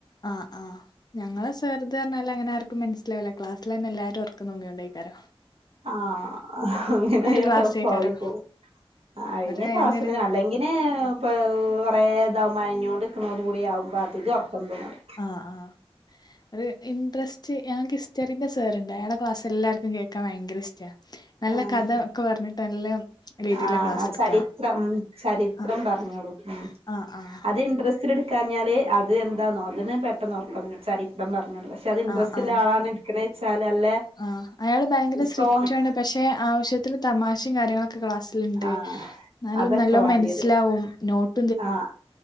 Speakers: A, on the left; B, on the right.
A: ആഹ് ആഹ് ഞങ്ങളെ സേർത് അർഞ്ഞാല് ലേ അങ്ങന ആർക്കും മനസ്സിലാവില്ല ക്ലാസ്ൽ ടൈമില് എല്ലരും ഒറക്കംതൂങ്ങി നോങ്ങിയണ്ടക്കാരോ
B: ആഹ് അങ്ങനെയ
A: ക്ലാസ്സേക്കാരം
B: ടഫ്‌ ആയിപ്പോ കഴിഞ്ഞ
A: ഒരേ
B: ക്ലാസിന്
A: അയഞ്ഞൊരു ക്ലാ
B: അല്ലെ ഇങ്ങനെ ഇപ്പാ കുറേ ഇതാവമയങ്ങിയൊണ്ട് നിക്കുന്നതും കൂടി ആകുമ്പോൾ ആധികം ഉറക്കംതുങ്ങേണ്ട
A: ആഹ് ആഹ് ഒരു ഇൻട്രസ്റ്റ് ച്ച് ഞങ്ങക്ക് ഹിസ്റ്ററിന്റെറെ സാറിണ്ട് അയാടെ ക്ലാസ് എല്ലർക്കും കേൾക്കാൻ ഭയങ്ക ഇഷ്ട നല്ല
B: ആഹ്
A: കഥ ഒക്കെ പറഞ്ഞിട്ട് നല്ല രീതിയിലാ
B: ആഹ്
A: ക്ലാസ്
B: ആഹ്
A: എടുക്ക
B: ചരിത്രം ഉം ചരിത്രം
A: ആഹ്
B: പറഞ്ഞോറും ഉം
A: ആഹ് ആഹ്
B: അത് ഇൻ്രസ്റ്റ് ഇച്ചിരി എടുക്കാഞ്ഞാൽ അത് എന്താണോ അതിന് പെട്ടെന്ന് ഉറക്കം ചരിത്രം പറഞ്ഞോള്ളത് പക്ഷെ അത് ഇൻട്രസ്റ്റ്ല്ല
A: ആഹ് ആഹ്
B: ആളാണ് എന്ന് വെച്ചാല് അല്ല
A: ആഹ് അയാള് ഭയങ്കര
B: സ്ട്രോ
A: സ്ട്രിക്റ്റാണ് പക്ഷെ ആവശ്യത്തിന് തമാശയും കാര്യങ്ങളൊക്കെ ക്ലാസ്സിലുണ്ട്
B: ആഹ്
A: എന്നാലും
B: അതൊക്കെ
A: നല്ലോ
B: വാണ്ടിയത്
A: മനസ്സിലാവും നോട്ട്
B: ആഹ്